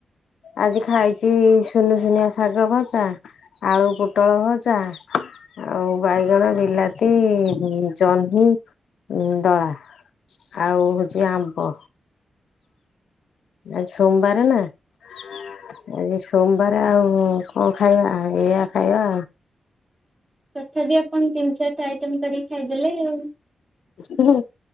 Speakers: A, on the left; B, on the right.
A: ଆଜି ଖାଇଚି ସୁନୁ ସୁୁନିଆ ଶାଗ ଭଜା, ଆଳୁ ପୋଟଳ ଭଜା। ଆଉ ବାଇଗଣ, ବିଲାତି, ଜହ୍ନି ଉଁ, ଦଳା। ଆଉ ହଉଚି ଆମ୍ବ। ଆଜି ସୋମବାର ନା, ଆଜି ସୋମବାର ରେ ଆଉ କଣ ଖାଇବା? ଏଇଆ ଖାଇବା।
B: ତଥାବି ଆପଣ ତିନି ଚାଟା ଆଇଟମ କରିକି ଖାଇଦେଲେ ଆଉ।
A: ହୁଁ।